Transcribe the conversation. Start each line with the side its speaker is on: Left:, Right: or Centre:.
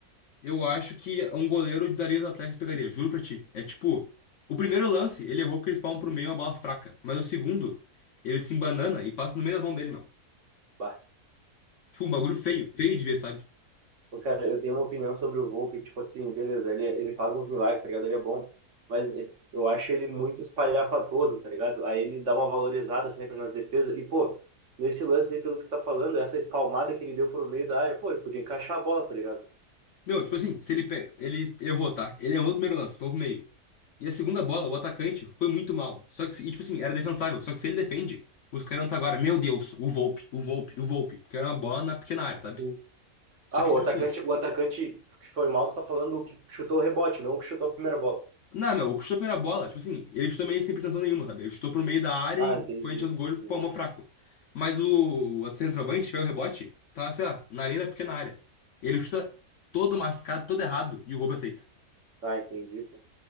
Left: Eu acho que um goleiro daria os Atléticos pegaria, juro pra ti. É tipo, o primeiro lance, ele errou porque eles palmam pro meio uma bola fraca. Mas o segundo, ele se embanana e passa no meio das mãos dele, meu.
Right: Bah.
Left: Tipo, um bagulho feio, feio de ver, sabe?
Right: Pô, Cara, eu tenho uma opinião sobre o Volpe, que, tipo assim, beleza, ele, é, ele faz uns milagres, tá ligado? Ele é bom, mas eu acho ele muito espalhafatoso, tá ligado? Aí ele dá uma valorizada sempre nas defesas. E, pô, nesse lance aí, pelo que tu tá falando, essa espalmada que ele deu pro meio da área, pô, ele podia encaixar a bola, tá ligado?
Left: Meu, tipo assim, se ele pega, ele errou, tá? Ele errou no primeiro lance, põe pro meio. E a segunda bola, o atacante, foi muito mal. Só que, e tipo assim, era defensável. Só que se ele defende, os caras não tá agora, meu Deus, o Volpe, o Volpe, o Volpe. Porque era uma bola na pequena área, sabe?
Right: O-
Left: Só
Right: Ah,
Left: que,
Right: o
Left: tipo
Right: atacante,
Left: assim,
Right: o atacante que foi mal, tu tá falando o que chutou o rebote, não o que chutou a primeira bola.
Left: Não, meu, o que chutou a primeira bola, tipo assim, ele chutou meio sem pretensão nenhuma, sabe? Ele chutou pro meio da área
Right: Ah,
Left: e
Right: entendi.
Left: foi enchendo o gol e
Right: Entendi.
Left: palmou fraco. Mas o, o outro centroavante, pega o rebote, tá, sei lá, na linha da pequena área. Ele chuta todo mascado, todo errado, e o Volpe aceita.
Right: Ah, entendi, pô.